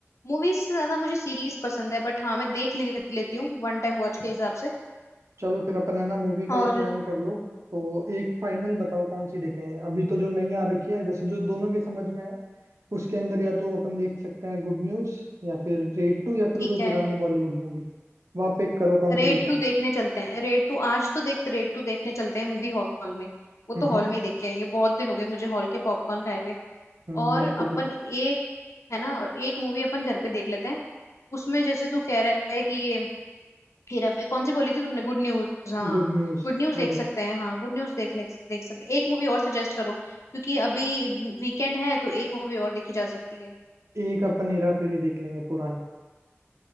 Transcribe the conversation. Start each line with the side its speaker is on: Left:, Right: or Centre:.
Left: मूवीज से ज्यादा मुझे सीरीज पसंद है बट हाँ मैं देख ले, लेती हूँ वन टाइम वॉच के हिसाब से
Right: चलो फिर अपन है ना मूवी का
Left: और
Right: ही प्लान कर लो तो एक फाइनल बताओ कौन सी देखें अभी तो जो नई आ रखी है जैसे जो दोनों के समझ में है उसके अंदर या तो अपन देख सकते हैं गुड न्यूज या फिर रेड टू या फिर
Left: ठीक
Right: कोई पुरानी
Left: है
Right: बॉलीवुड मूवी वहाँ पिक करो कौन
Left: रेड
Right: सी देखें
Left: टू देखने चलते हैं रेड टू आज तो देख रेड टू देखने चलते हैं मूवी हॉल में वो
Right: हम्म
Left: तो हॉल
Right: हम्म
Left: में ही देख के आएंगे बहुत दिन हो गए मुझे हॉल के पॉपकॉर्न खाए हुए
Right: हम्म,
Left: और
Right: मेरे
Left: अपन
Right: को भी
Left: एक है ना एक मूवी अपन घर पे देख लेते हैं उसमें जैसे तू कह रहा है कि ये हेरा फेरी कौन सी बोली थी तुमने गुड न्यूज हाँ
Right: गुड न्यूज
Left: गुड न्यूज
Right: वो
Left: देख सकते
Right: देख
Left: हैं हाँ गुड न्यूज देख ले देख सकते हैं एक मूवी और सजेस्ट करो क्योंकि अभी वीकेंड है तो एक मूवी और देखी जा सकती है
Right: सकते एक अपन हेरा फेरी देख लेंगे पुरानी